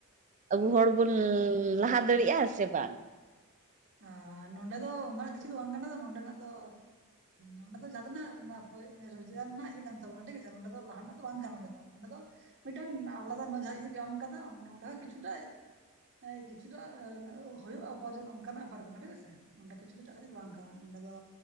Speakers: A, on the right; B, on the right.
A: ᱟᱵᱩ ᱦᱚᱲᱵᱩᱱ <unintelligible> ᱞᱟᱦᱟ ᱫᱟᱲᱮᱭᱟᱜᱼᱟ ᱥᱮ ᱵᱟᱝ
B: ᱟᱨ ᱱᱚᱰᱮ ᱫᱚ ᱚᱱᱠᱟᱱᱟᱜ ᱠᱤᱪᱷᱩ ᱫᱚ ᱵᱟᱝ ᱠᱟᱱᱟ ᱱᱚᱰᱮ ᱱᱟᱜ ᱫᱚ ᱱᱚᱸᱰᱮ ᱫᱚ ᱡᱟᱦᱟᱸ ᱛᱤᱱᱟᱹᱜ ᱨᱳᱡᱽᱜᱟᱨ ᱨᱮᱱᱟᱜ ᱤᱭᱟᱹ ᱠᱟᱱ ᱛᱟᱵᱚᱱᱟ ᱴᱷᱤᱠ ᱟᱪᱷᱮ ᱱᱚᱸᱰᱮ ᱫᱚ ᱞᱟᱦᱟᱱᱟᱜ ᱫᱚ ᱵᱟᱝ ᱠᱟᱱᱟ ᱱᱚᱸᱰᱮ ᱫᱚ ᱱᱚᱸᱰᱮ ᱫᱚ ᱢᱤᱫᱴᱮᱱ ᱟᱞᱟᱫᱟ ᱱᱚᱡᱟ ᱤᱭᱟᱹ ᱮᱢ ᱠᱟᱫᱟ ᱱᱚᱰᱷᱟ ᱠᱤᱪᱩᱴᱟᱜ ᱦᱮᱸᱭ ᱠᱤᱪᱷᱩᱴᱟᱜ ᱦᱩᱭᱩᱜᱼᱟ ᱩᱯᱟᱨᱡᱚᱱᱚ ᱚᱱᱠᱟᱱᱟᱜ ᱵᱮᱯᱟᱨ ᱠᱟᱱᱟ ᱴᱷᱤᱠ ᱟᱪᱷ ᱚᱸᱰᱮ ᱠᱤᱪᱷᱩ ᱫᱚ ᱮᱴᱟᱜ ᱠᱤᱪᱷᱩ ᱵᱟᱝ ᱠᱟᱱᱟ ᱱᱚᱸᱰᱮ ᱫᱚ